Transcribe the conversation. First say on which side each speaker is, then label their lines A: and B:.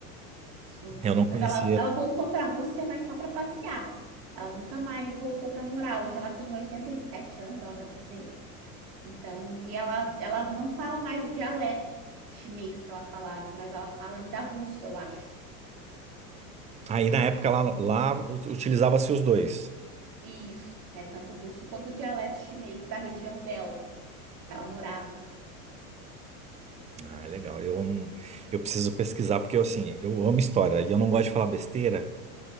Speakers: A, on the right (about 50°); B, on the right (about 15°).
A: Isso,
B: Eu não conhecia.
A: mas ela, ela voltou para a Rússia, mas só para passear. Ela nunca mais voltou para morar. Hoje ela tem 87 anos, ela vai fazer. Então, e ela, ela não fala mais o dialeto chinês que ela falava, mas ela fala ainda russo, eu acho.
B: Aí na época lá, lá u- utilizava-se os dois.
A: Isso, é tanto russo quanto o dialeto chinês da região dela, que ela morava.
B: Ah, legal. Eu, não- eu preciso pesquisar, porque eu, assim, eu amo história e eu não gosto de falar besteira,